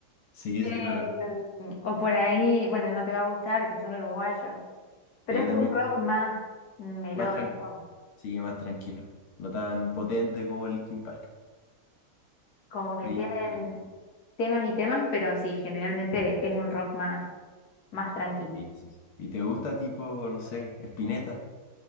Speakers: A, on the left; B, on the left.
A: sí,
B: Em,
A: sí, sí, conozco.
B: o por ahí, bueno, no te va a gustar, que son uruguayos, pero
A: Sí,
B: es
A: también.
B: un rock más melódico,
A: Más tranquilo. Sí, más tranquilo. No tan potente como Linkin Park.
B: como que
A: Y,
B: tienen,
A: y,
B: temas y temas, pero sí, generalmente es un rock más, más tranqui.
A: y- sí, sí. ¿Y te gusta tipo, no sé, Spinetta?